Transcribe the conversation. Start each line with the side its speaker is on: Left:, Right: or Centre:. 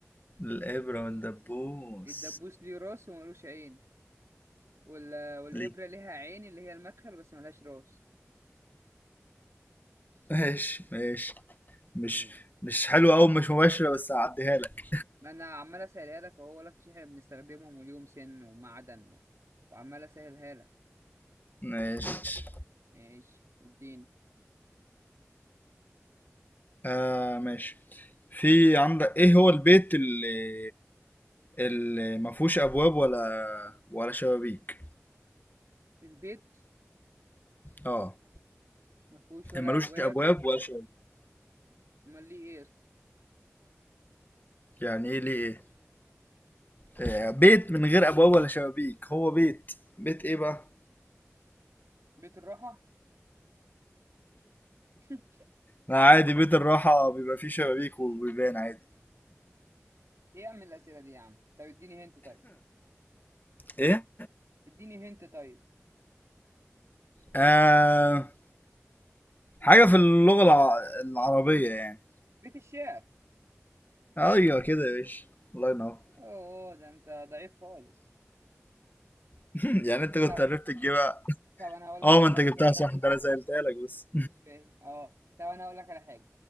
Left: الابره والدبوس
Right: الدبوس ليه راس وملوش عين وال... والإبرة
Left: ليه
Right: ليها عين اللي هي المدخل بس ملهاش راس
Left: ماشي ماشي مش
Right: يعني
Left: مش حلوه قوي مش مباشره بس هعديها لك
Right: ما أنا عمال أسهلها لك أهو لك مش إحنا بنستخدمهم وليهم سن ومعدن و... وعمال أسهلها لك
Left: ماشي
Right: ماشي الدين
Left: آه ماشي في عندك ايه هو البيت اللي اللي ما فيهوش ابواب ولا ولا شبابيك
Right: البيت
Left: اه
Right: ما فيهوش ولا
Left: ملوش
Right: ابواب
Left: ابواب ولا شبابيك
Right: امال ليه ايه اصلا
Left: يعني ايه ليه إيه؟ آه، بيت من غير ابواب ولا شبابيك هو بيت بيت ايه بقى
Right: بيت الراحه <laughs>
Left: لا عادي بيت الراحه بيبقى فيه شبابيك وبيبان عادي
Right: ايه يا عم الاسئله دي يا عم طب اديني هنت طيب
Left: ايه
Right: اديني هنت طيب
Left: آه حاجه في اللغه الع... العربيه يعني
Right: بيت الشعر
Left: ايوه كده يا باشا الله ينور
Right: اوه ده انت ضعيف خالص
Left: <laughs> يعني انت كنت
Right: طب
Left: عرفت تجيبها
Right: طب انا هقول
Left: اه
Right: لك على
Left: ما انت
Right: حاجه
Left: جبتها
Right: حلوه
Left: صح ده انا سالتها لك بس
Right: مش فاهم اه طب انا هقول لك على حاجه